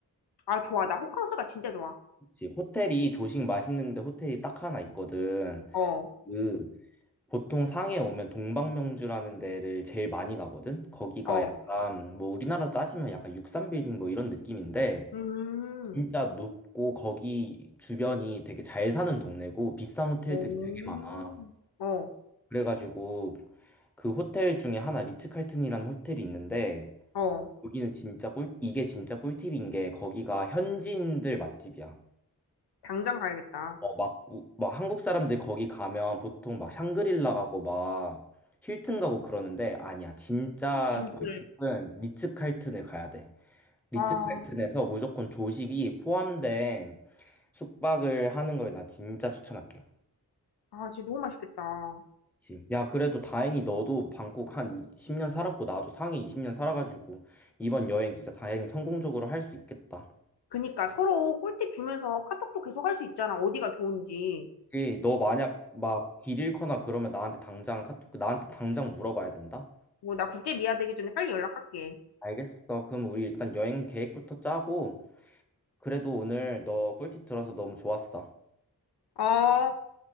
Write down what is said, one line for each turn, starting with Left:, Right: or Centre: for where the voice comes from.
Left: 아, 좋아. 나 호캉스가 진짜 좋아.
Centre: 그치. 호텔이 조식 맛있는데 호텔이 딱 하나 있거든.
Left: 어,
Centre: 그 보통 상해 오면 동방명주라는 데를 제일 많이 가거든? 거기가
Left: 어.
Centre: 약간, 뭐 우리나라로 따지면 약간 63빌딩 뭐 이런 느낌인데,
Left: 음,
Centre: 진짜 높고 거기 주변이 되게 잘 사는 동네고 비싼 호텔들이
Left: 오,
Centre: 되게 많아.
Left: 어,
Centre: 그래가지고 그 호텔 중에 하나 리츠칼튼이라는 호텔이 있는데,
Left: 어.
Centre: 여기는 진짜 꿀, 이게 진짜 꿀팁인 게 거기가 현지인들 맛집이야.
Left: 당장 가야겠다.
Centre: 어, 막, 우- 막 한국 사람들 거기 가면 보통 막 샹그릴라 가고 막 힐튼 가고 그러는데 아니야. 진짜
Left: 진짜.
Centre: 꿀팁은 리츠칼튼을 가야 돼. 리츠칼튼에서
Left: 와,
Centre: 무조건 조식이 포함된 숙박을 하는 걸 나 진짜 추천할게.
Left: 아, 진짜 너무 맛있겠다.
Centre: 그치. 야, 그래도 다행히 너도 방콕 한 10년 살았고 나도 상해 20년 살아가지고 이번 여행 진짜 다행히 성공적으로 할 수 있겠다.
Left: 그니까 서로 꿀팁 주면서 카톡도 계속 할 수 있잖아. 어디가 좋은지.
Centre: 그치? 너 만약 막 길 잃거나 그러면 나한테 당장 카톡, 나한테 당장 물어봐야 된다.
Left: 뭐, 나 국제 미아 되기 전에 빨리 연락할게.
Centre: 알겠어. 그럼 우리 일단 여행 계획부터 짜고, 그래도 오늘 너 꿀팁 들어서 너무 좋았어.
Left: 어.